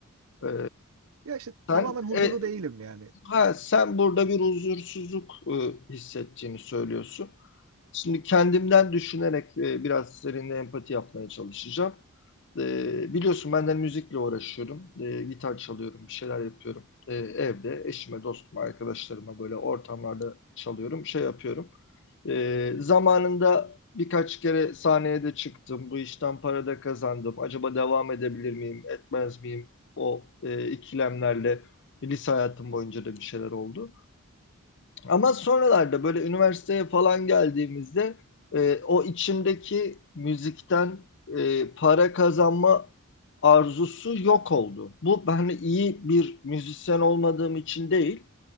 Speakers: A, on the left; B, on the right.
A: E,
B: Ya işte
A: sen
B: tamamen huzurlu
A: e,
B: değilim yani.
A: ha, sen burada bir huzursuzluk e, hissettiğini söylüyorsun. Şimdi kendimden düşünerek e, biraz seninle empati yapmaya çalışacağım. E, biliyorsun ben de hani müzikle uğraşıyorum. E, gitar çalıyorum, bir şeyler yapıyorum. E, evde eşime, dostuma, arkadaşlarıma böyle ortamlarda çalıyorum, şey yapıyorum. E, zamanında birkaç kere sahneye de çıktım. Bu işten para da kazandım. Acaba devam edebilir miyim, etmez miyim? O e, ikilemlerle lise hayatım boyunca da bir şeyler oldu. Ama sonralarda böyle üniversiteye falan geldiğimizde e, o içimdeki müzikten e, para kazanma arzusu yok oldu. Bu ben iyi bir müzisyen olmadığım için değil